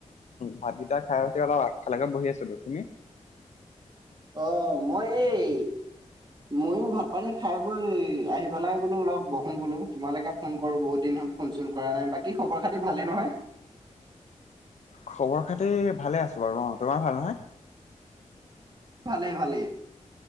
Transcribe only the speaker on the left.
ভাতকেইটা খাই এতিয়া অলপ আগফালকে বহি আছোতো তুমি?
খবৰ খাতি ভালে আছো বাৰু অ তোমাৰ ভাল নহয়।